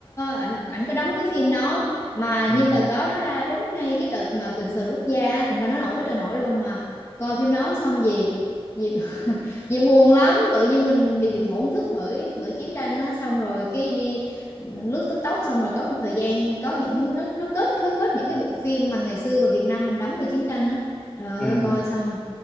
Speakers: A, on the left (about 25°); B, in the centre.
A: ảnh ảnh có đóng cái phim đó mà
B: ừ,
A: như đợt đó nó ra trúng ngay cái đợt mà kình sờn quốc gia á, thành ra nó nổi với trời nổi luôn mà coi phim đó xong gì gì, <laughs> gì buồn lắm tự nhiên mình mình
B: ừ,
A: bị bị thổn thức bởi bởi chiến tranh á xong rồi cái đi lướt TikTok xong rồi có một thời gian có những nó nó kết nó kết những cái bộ phim mà ngày xưa mà Việt Nam mình đóng về chiến tranh á trời
B: ừ.
A: ơi coi xong